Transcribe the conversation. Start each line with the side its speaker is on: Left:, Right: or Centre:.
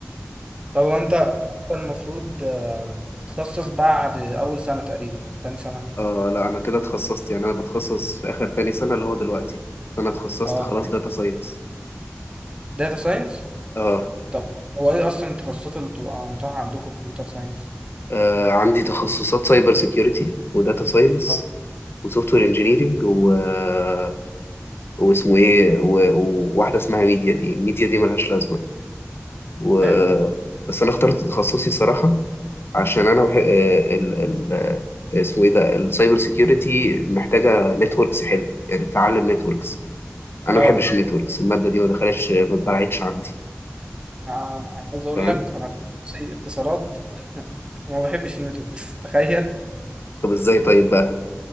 Right: طب هو أنت أنت المفروض آه، بتتخصص بعد أول سنة تقريبا تاني سنة
Left: <laughs> آه لا انا كده اتخصصت يعني انا بتخصص في اخر تاني سنه اللي هو دلوقتي انا اتخصصت
Right: أه
Left: خلاص داتا ساينس
Right: داتا ساينس
Left: آه.
Right: طب هو ايه اصلا التخصصات اللي بتبقى متاحه عندكم في كمبيوتر ساينس
Left: اه عندي تخصصات سايبر سيكيورتي وداتا ساينس
Right: آه،
Left: وسوفت وير انجينيرنج و... آه، واسمه ايه و... وواحده اسمها ميديا دي ميديا دي ملهاش لازمه و...
Right: حلو ده
Left: بس انا اخترت تخصصي صراحه عشان انا بحب آه، ال... ال... آه، اسمه ايه ده السايبر سيكيورتي محتاجه نتوركس حلو يعني تتعلم نتوركس انا
Right: اه
Left: ما بحبش النتوركس الماده دي ما دخلتش ما اتبرعتش عندي
Right: انا عايز اقول
Left: فاهم
Right: لك انا في تخصصي اتصالات وما بحبش النتورك <laughs> تخيل
Left: طب ازاي طيب بقى